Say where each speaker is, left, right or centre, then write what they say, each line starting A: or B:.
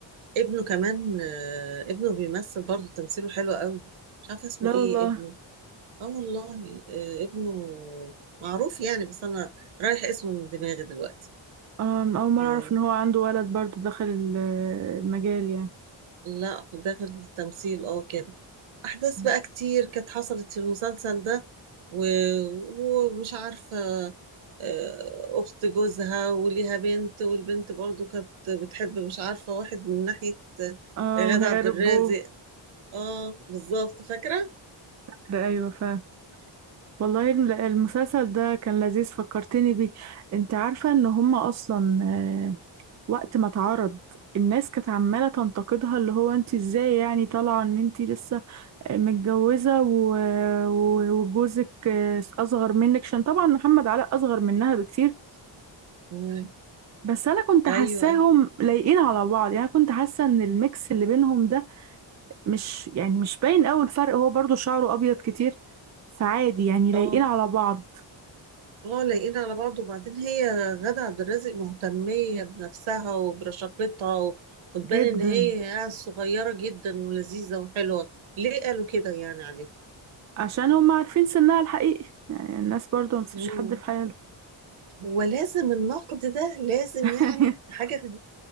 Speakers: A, on the right (about 85°); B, on the right (about 40°).
A: ابنه كمان آه، ابنه بيمثل برضه تمثيله حلو قوي مش عارفه اسمه
B: لا
A: ايه
B: والله
A: ابنه اه والله آه ابنه معروف يعني بس انا رايح اسمه من دماغي دلوقتي
B: آم، أول مرة
A: آه
B: أعرف إن هو عنده ولد برضه دخل ال- المجال يعني
A: لا هو داخل في التمثيل اه كده احداث
B: مم.
A: بقى كتير كانت حصلت في المسلسل ده و... ومش عارفه آه اخت جوزها وليها بنت والبنت برضو كانت بتحب مش عارفه واحد من ناحيه آه،
B: اه وهربوا
A: غادة عبد الرازق اه بالظبط فاكره
B: لا أيوة فا والله الم- المسلسل ده كان لذيذ فكرتني بيه أنت عارفة إن هما أصلا آه، وقت ما اتعرض الناس كانت عمالة تنتقدها اللي هو أنت إزاي يعني طالعة إن أنت لسه متجوزة و... و- وجوزك أصغر منك عشان طبعا محمد علاء أصغر منها بكتير
A: مم.
B: بس أنا كنت
A: ايوه
B: حاساهم
A: ايوه
B: لايقين على بعض يعني كنت حاسة إن الميكس اللي بينهم ده مش يعني مش باين أوي الفرق هو برضو شعره أبيض كتير فعادي يعني لايقين
A: اه
B: على بعض
A: اه لاقيين على بعض وبعدين هي غادة عبد الرازق مهتمية بنفسها وبرشاقتها و- وتبان
B: جدا
A: ان هي صغيرة جدا ولذيذة وحلوة ليه قالوا كده يعني عليه
B: عشان هم عارفين سنها الحقيقي يعني الناس برضو ما تسيبش
A: مم.
B: حد في حاله
A: ولازم النقد ده لازم
B: <laughs>
A: يعني حاجة غ-